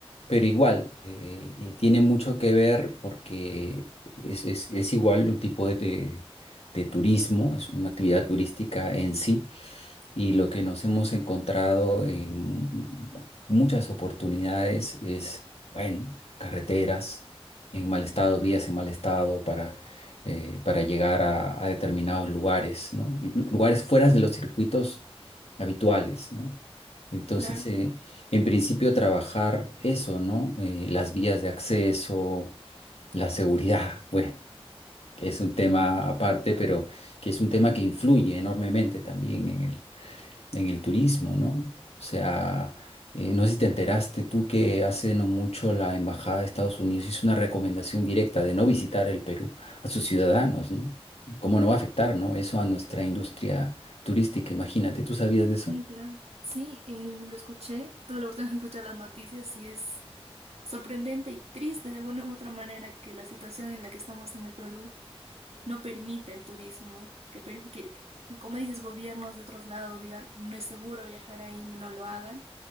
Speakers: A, on the left; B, on the right.
A: pero igual, eh, eh, tiene mucho que ver porque es, es- es igual un tipo de, de de turismo, es una actividad turística en sí y lo que nos hemos encontrado en muchas oportunidades es, bueno, carreteras en mal estado, vías en mal estado para, eh, para llegar a, a determinados lugares, ¿no? Lu- Lugares fuera de los circuitos habituales, ¿no? Entonces,
B: Claro,
A: eh, en principio trabajar eso, ¿no? Eh, las vías de acceso, la seguridad, <laughs> bueno, que es un tema aparte, pero que es un tema que influye enormemente también en el turismo, ¿no? O sea, eh, no sé si te enteraste tú que hace no mucho la Embajada de Estados Unidos hizo una recomendación directa de no visitar el Perú a sus ciudadanos, ¿no? ¿Cómo no va a afectar, ¿no? Eso a nuestra industria turística, imagínate, ¿tú sabías de eso?
B: sí, claro. Sí, eh, lo escuché, tuve la oportunidad de escuchar las noticias y es sorprendente y triste de alguna u otra manera que la situación en la que estamos en el Perú no permite el turismo, que, per- que como dices, gobiernos de otros lados digan, no es seguro viajar ahí, no lo hagan.